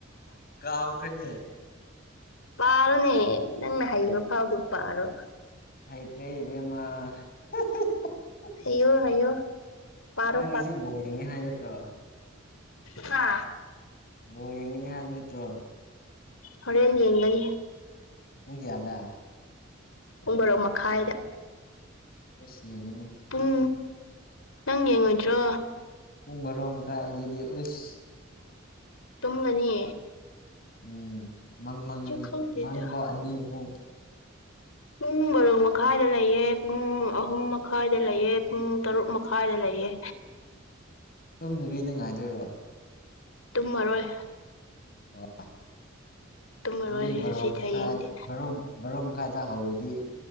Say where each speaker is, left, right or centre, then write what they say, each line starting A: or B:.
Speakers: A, on the left; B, on the left.
A: ꯀꯥꯎꯈ꯭ꯔꯦꯅꯦ
B: ꯄꯥꯔꯣꯅꯦ ꯅꯪꯅ ꯍꯩꯕ ꯐꯥꯎꯗꯣ ꯄꯥꯔꯣ
A: ꯍꯩꯇ꯭ꯔꯦ ꯏꯕꯦꯝꯃ <unintelligible>
B: ꯍꯩꯌꯣ ꯍꯩꯌꯣ ꯄꯥꯔꯣ
A: ꯅꯪ ꯉꯁꯤ ꯕꯣꯜ ꯌꯦꯡꯉꯦ ꯍꯥꯏ ꯅꯠꯇ꯭ꯔꯣ
B: ꯀꯀꯥ
A: ꯕꯣꯜ ꯌꯦꯡꯒꯅꯤ ꯍꯥꯏꯕ ꯅꯠꯇ꯭ꯔꯣ
B: ꯍꯣꯔꯦꯟ ꯌꯦꯡꯂꯅꯤ
A: ꯄꯨꯡ ꯀ꯭ꯌꯥꯗ
B: ꯄꯨꯡ ꯕꯔꯣ ꯃꯈꯥꯏꯗ
A: ꯑꯩꯁ ꯌꯦꯡꯒꯅꯨ
B: ꯄꯨꯡ ꯅꯪ ꯌꯦꯡꯉꯣꯏꯗ꯭ꯔꯣ
A: ꯄꯨꯡ ꯕꯥꯔꯣ ꯃꯈꯥꯏ ꯑꯗꯨꯗꯤ ꯎꯁ
B: ꯇꯨꯝꯃꯅꯤ
A: ꯎꯝ ꯃꯪ ꯃꯪꯉꯅꯤ
B: ꯈꯪꯗꯦꯗ
A: ꯃꯪ ꯐꯧ ꯑꯅꯤ ꯑꯍꯨꯝ
B: ꯄꯨꯡ ꯕꯔꯣ ꯃꯈꯥꯏꯗ ꯂꯩꯌꯦ ꯄꯨꯡ ꯑꯍꯨꯝ ꯃꯈꯥꯏꯗ ꯂꯩꯌꯦ ꯄꯨꯡ ꯇꯔꯨꯛ ꯃꯈꯥꯏꯗ ꯂꯩ ꯥꯌꯦ
A: ꯇꯨꯝꯗꯨꯕꯤꯗ ꯉꯥꯏꯗꯣꯏꯔꯣ
B: ꯇꯨꯝꯃꯔꯣꯏ
A: ꯑꯣ
B: ꯇꯨꯝꯃꯔꯣꯏ
A: ꯑꯗꯨꯗꯤ
B: ꯉꯁꯤꯗꯤ
A: ꯕꯥꯔꯣꯃꯈꯥꯏ
B: ꯍꯌꯦꯡꯗꯤ
A: ꯕꯥꯔꯣ ꯕꯥꯔꯣꯡ ꯀꯥꯏꯗ ꯍꯧꯔꯗꯤ